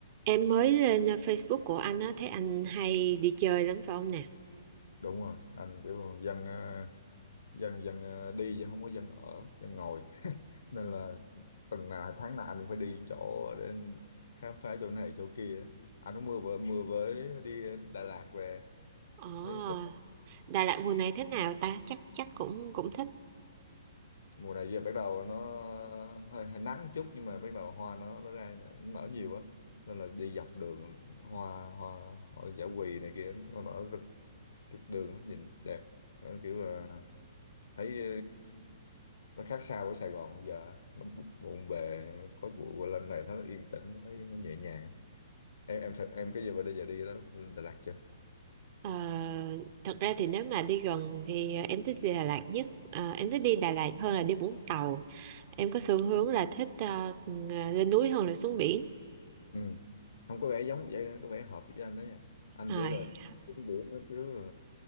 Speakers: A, on the right; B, on the left.
A: Em mới lên uh, Facebook của anh á, thấy anh hay đi chơi lắm phải không nè?
B: đúng rồi anh kiểu dân ờ, dân dân ờ, đi chứ không có dân ở dân ngồi <laughs> nên là tuần nào tháng nào anh cũng phải đi những chỗ để khám phá chỗ này chỗ kia anh cũng mưa vừa mưa với đi Đà Lạt về
A: Ồ,
B: thấy thích
A: Đà Lạt mùa này thế nào ta? Chắc chắc cũng cũng thích.
B: mùa này giờ bắt đầu nó hơi, hơi nắng chút nhưng mà bắt đầu hoa nó nó ra nó nở nhiều á nên là đi dọc đường hoa hoa, hoa dã quỳ này kia nó nở rực rực đường á, nhìn đẹp Nó kiểu là thấy nó khác xa với Sài Gòn bây giờ nó bu- bộn bề nó khói bụi qua lên này nó yên tĩnh nó thấy nó nhẹ nhàng em em thật em cái giờ bây giờ đi đó lên Đà Lạt chưa
A: Ờ, thật ra thì nếu mà đi gần thì uh, em thích đi Đà Lạt nhất. Ờ, em thích đi Đà Lạt hơn là đi Vũng Tàu. Em có xu hướng là thích ờ, lên núi hơn là xuống biển.
B: ừ. không có vẻ giống vậy có vẻ hợp với anh đó nha anh
A: Rồi,
B: kiểu là xuống biển nó kiểu là